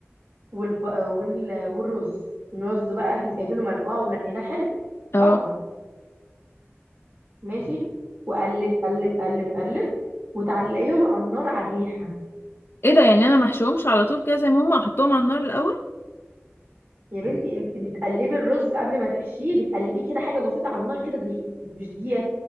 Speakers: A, on the right; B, on the left.
A: والب... وال... والرز الرز بقى احنا سايبينه منقوع ونقيناه حلو
B: اه
A: طبعا ماشي وقلب قلب قلب قلب وتعلقيهم على النار على الريحه
B: ايه ده يعني انا محشوهمش على طول كده زي ما هم احطهم على النار الاول
A: يا بنتي انت بتقلبي الرز قبل ما تحشيه بتقلبيه كده حاجه بسيطه على النار كده دي مش دقيقه